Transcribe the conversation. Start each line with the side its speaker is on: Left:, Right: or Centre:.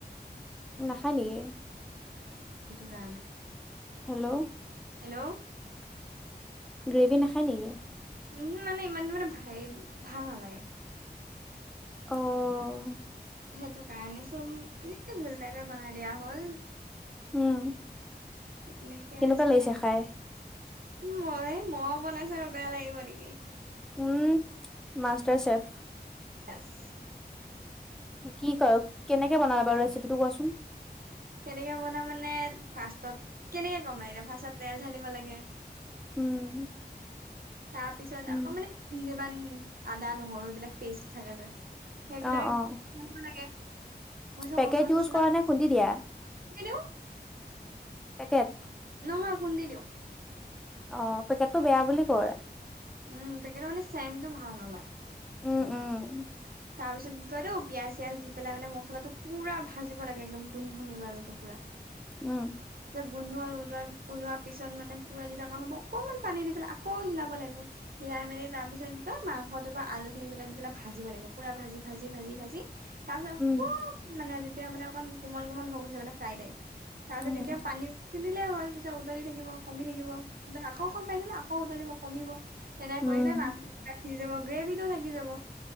Centre: নাখায় নিকি?
Right: সেইটো কাৰণে।
Centre: হেল্ল'!
Right: হেল্ল'!
Centre: গ্ৰেভি নাখায় নেকি?
Right: উমহো, মানে ইমানটো মানে হেৰি ভাল নালাগে।
Centre: অ'।
Right: সেইটো কাৰণে সুম এনে জোল টাইপে বনাই দিয়া হ'ল।
Centre: উম।
Right: তেনেকে
Centre: কেনেকুৱা
Right: আছোঁ
Centre: লাগিছে
Right: আও।
Centre: খাই
Right: মই মই বনাইছো আৰু বেয়া লাগিব নেকি।
Centre: উম, মাষ্টাৰ চেফ।
Right: য়েছ।
Centre: কি ক কেনেকে বনাই বাৰু! ৰেচিপিটো কোৱাচোন।
Right: কেনেকে বনাই মানে ফাৰ্ষ্টত, কেনেকে কম এতিয়া ফাৰ্ষ্টত তেল ঢালিব লাগে।
Centre: উম।
Right: তাৰপিছত
Centre: উম
Right: আকৌ মানে যিমান আদা, নহৰু এইবিলাক পেষ্ট থাকে যে। সেইবিলাক
Centre: অ অ
Right: <unintelligible> লাগে। মইচা
Centre: পেকেট
Right: মচলা
Centre: ইউজ
Right: চছলা
Centre: কৰা নে খুন্দি দিয়া
Right: <unintelligible>
Centre: তাকেত
Right: নহয় খুন্দি দিওঁ।
Centre: অ', পেকেটটো বেয়া বুলি কয়।
Right: উম, পেকেটত মানে চেনটো ভাল নলয়।
Centre: উম, উম।
Right: তাৰ পিছত কৈ দিওঁ পিয়াজ চিয়াজ দি পেলাই মানে মছলাটো পুৰা ভাজিব লাগে একদম। গুন্ধ নোলোৱালৈকে পুৰা।
Centre: উম।
Right: যে গোন্ধ ওলোৱা ওলোৱা পিছত মানে পুৰা যিতা কাৰণ হ'ব অকণমান পানী দি পেলাই আকৌ হিলাব লাগিব। হিৰাই মেলি তাৰপিছত কিক' মাংসটো বা আলুখিনি গোটাই দি পেলাই ভাজিব লাগিব পুৰা ভাজি, ভাজি, ভাজি, ভাজি। তাৰপিছত অকণ
Centre: উম
Right: মানে যেতিয়া মানে অকণ কোমল কোমল হৈ গৈছে মানে ফ্ৰাই টাইপ তাৰপিছত
Centre: উম
Right: তেতিয়া পিন্ধিলে হ'ল পিছত উতলি থাকিব, কমি থাকিব আকৌ অকণ পানী দিলে আকৌ উতলিব কমিব। তেনেক
Centre: উম
Right: কৰি কৰি মাংসবিলাক সিজি যাব। গ্ৰেভিটো থাকি যাব,